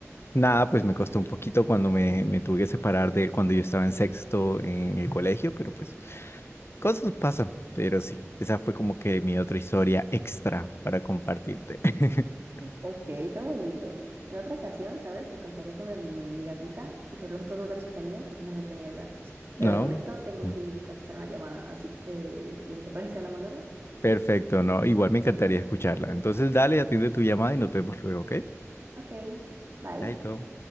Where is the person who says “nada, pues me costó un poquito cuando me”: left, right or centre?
Left